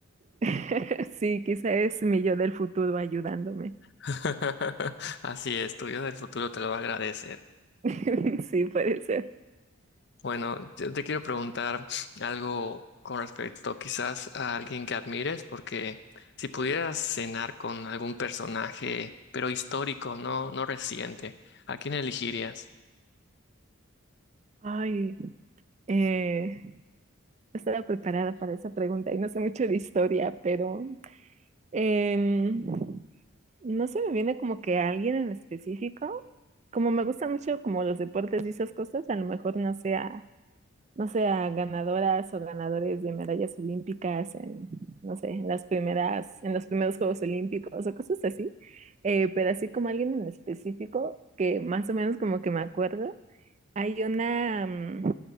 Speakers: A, on the right; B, on the left.
A: <laughs> Sí, quizá es mi yo del futuro ayudándome.
B: <laughs> Así es, tu yo del futuro te lo va a agradecer.
A: <laughs> Sí, puede ser.
B: Bueno, yo te quiero preguntar algo con respecto quizás a alguien que admires, porque si pudieras cenar con algún personaje, pero histórico, no, no reciente, ¿a quién elegirías?
A: Ay, eh, no estaba preparada para esa pregunta y no sé mucho de historia, pero em, no se me viene como que alguien en específico. Como me gusta mucho como los deportes y esas cosas, a lo mejor no sea no sé, a ganadoras o ganadores de medallas olímpicas en, no sé, en las primeras, en los primeros Juegos Olímpicos o cosas así. Eh, pero así como alguien en específico, que más o menos como que me acuerdo, hay una, mm,